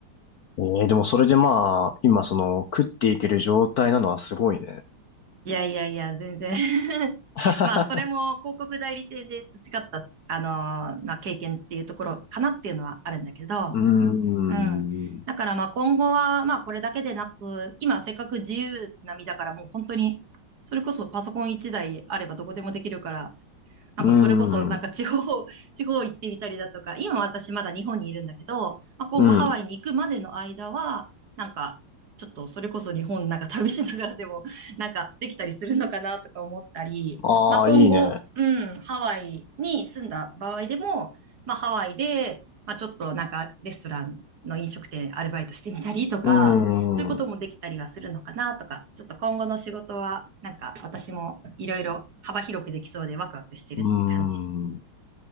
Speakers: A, on the left; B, on the right.
A: ええでもそれでまあ、今その、食っていける状態なのはすごいね。
B: いやいやいや、全然 <laughs>
A: <laughs>
B: まあ、それも広告代理店で培った、あのーまあ、経験っていうところかなっていうのはあるんだけど、
A: うん、
B: うん。だからまあ今後はまあこれだけでなく、今せっかく自由な身だからもう本当に、それこそパソコン一台あればどこでもできるから、なんかそれこそ、
A: うん、
B: なんか地方、<laughs> 地方行ってみたりだとか、今私まだ日本にいるんだけど、まあ、今後ハワイに行くまでの間は、
A: うん。
B: なんか、ちょっとそれこそ日本なんか旅しながらでも、<laughs> なんかできたりするのかなとか思ったり、
A: ああ、
B: まあ今後、
A: いいね。
B: うん、ハワイに住んだ場合でも、まあハワイで、まあちょっとなんかレストランの飲食店アルバイトしてみたりとか、
A: うん、
B: そういうこともできたりはするのかなとか、
A: う
B: ちょっと今後の仕事は、なんか私もいろいろ幅広くできそうでワクワクしてるって感じ。
A: ん。